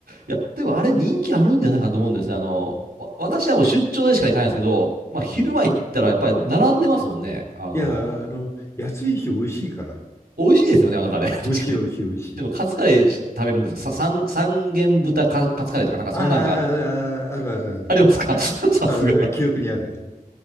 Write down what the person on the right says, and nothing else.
いや、でもあれ人気あるんじゃないかと思うんですね。あの、わ、私はもう出張でしか行かないんですけど、まあ昼間行ったらやっぱり並んでますもんね。
あの、
美味しいですよね、あのカレー。<laughs> 確かに。
でもカツカレー食べるんですさ、三、三元豚カ、カツカレーとかなんかそんなんが
ありますか <laughs> さすが。